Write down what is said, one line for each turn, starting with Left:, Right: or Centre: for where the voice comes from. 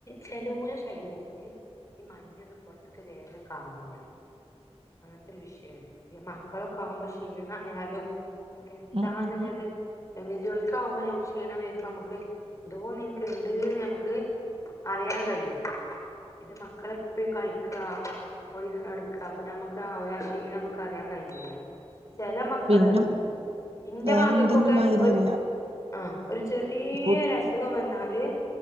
Left: ചെലോ ശരീരത്തില് ഈ മഞ്ഞൊന്നും പുറത്തക്ക് വേഗം കാണൂല അങ്ങനത്തെ ഒരു വിഷയണ്ട് ഇ മക്കളൊക്കെ ആകുമ്പോ ക്ഷീണയാലും നമക്ക് എന്താണല്ലത്
Right: ഉം ഉം ഉം
Left: വല്യൊരുക്കാവുമ്പോ ഞമ്മക്ക് ക്ഷീണം വരുമ്പോ അമക്ക് എന്തോ ഒന്ന് ഇന്ക്ക് നമക്ക് അറിയാൻ കഴിയും ഇത് മക്കളെപ്പ കളിക്ക പോയി നടക്ക അപ്പൊ ഞമ്മക്ക് ആ ഷീണം നമുക്ക് അറിയാൻ കഴിയുല ചെല മക്കളുണ്ട്
Right: പിന്നെ
Left: ഇന്റെ
Right: വേറെന്തിന്റെ
Left: മക്ക ക്കൊക്കെ
Right: മാതിരിയല്ല
Left: ഒരു ആഹ ഒരു ചെറിയരസുഖം
Right: ഫുഡ്
Left: വന്നാല്